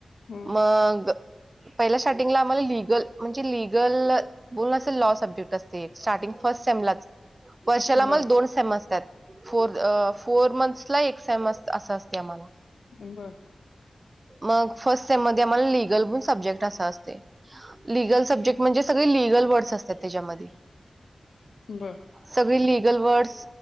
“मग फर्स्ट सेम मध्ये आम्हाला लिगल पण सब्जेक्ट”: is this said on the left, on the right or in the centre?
Right